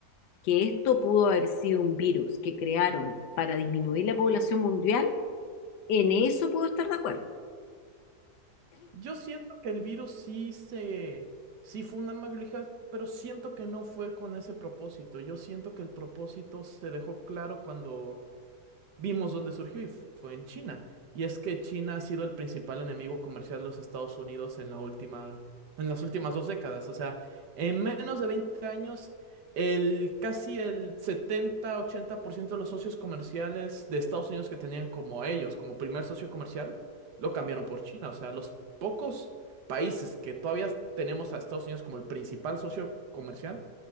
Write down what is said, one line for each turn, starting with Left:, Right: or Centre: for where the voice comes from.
Left: que esto pudo haber sido un virus que crearon para disminuir la población mundial, en eso puedo estar de acuerdo.
Right: Yo siento que el virus sí se, sí fue un arma biológica, pero siento que no fue con ese propósito. Yo siento que el propósito se dejó claro cuando vimos dónde surgió y fue en China. Y es que China ha sido el principal enemigo comercial de los Estados Unidos en la última, en las últimas dos décadas. O sea, en menos de 20 años, el casi el setenta ochenta por ciento de los socios comerciales de Estados Unidos que tenían como ellos, como primer socio comercial, lo cambiaron por China. O sea, los pocos países que todavía tenemos a Estados Unidos como el principal socio comercial